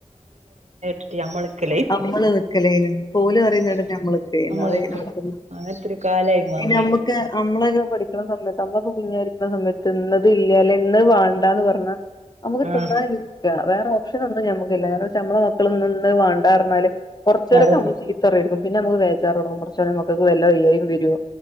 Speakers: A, on the right (about 75°); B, on the left (about 35°).
A: റ്റ് അമ്മൾക്ക്
B: നമ്മള് നിക്കലേനും. ഓല് പറയ്ന്ന
A: ഇപ്പൊ
B: കേട്ടിട്ട് നമ്മള് നിക്കായ്യ്ന്ന്.
A: നമ്മൾ
B: അതാ
A: നിക്കണം
B: ഈ നടക്ക്ന്ന്.
A: അങ്ങനത്തൊരു കാലായി വന്നേ
B: നമ്മക്ക് അമ്മളെ ഇതു കൊട് സമയത്ത് നമ്മൊക്കെ കുഞ്ഞായിരിക്കണ സമയത്ത് ഇന്നത് ഇല്ല അല്ല ഇന്നത് വേണ്ടാന്ന് പറഞ്ഞാ നമ്മള് തിന്നാതിരിക്കാ.
A: ആഹ്
B: വേറെ ഓപ്ഷനൊന്നും ഞമ്മക്കില്ല. കാരണംച്ചാ നമ്മളെ മക്കളിന്ന് വേണ്ടാന്ന് പറഞ്ഞാല് കൊറച്ച് നേരൊക്കെ
A: അതന്നെ
B: നമ്മള് ചീത്തറയേരിക്കും. പിന്നെ നമ്മക്ക് ബേജാറ് തൊടങ്ങും, പടച്ചോനെ മക്കൾക്ക് വല്ല വയ്യായ്കയും വരുവോ